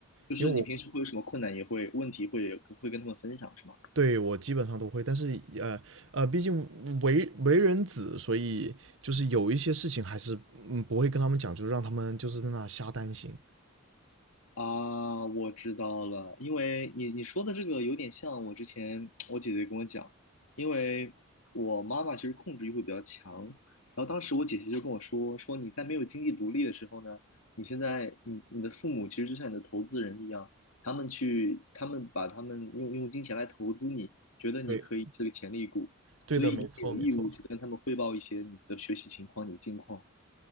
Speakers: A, on the left; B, on the right.
A: 就是你平时会有什么困难，
B: 因为我
A: 也会问题会会跟他们分享，是吗？
B: 对我基本上都会，但是呃呃，毕竟为为人子，所以就是有一些事情还是嗯不会跟他们讲，就是让他们就是在那瞎担心。
A: 啊，我知道了，因为你你说的这个有点像我之前我姐姐跟我讲，因为我妈妈其实控制欲会比较强，然后当时我姐姐就跟我说，说你在没有经济独立的时候呢，你现在你你的父母其实就像你的投资人一样，他们去他们把他们用用金钱来投资你，觉得你可以是个潜力股，
B: 对，对的，
A: 所以你也有义务去跟他们汇报一些你的学习情况、
B: 没错没错。
A: 你的近况。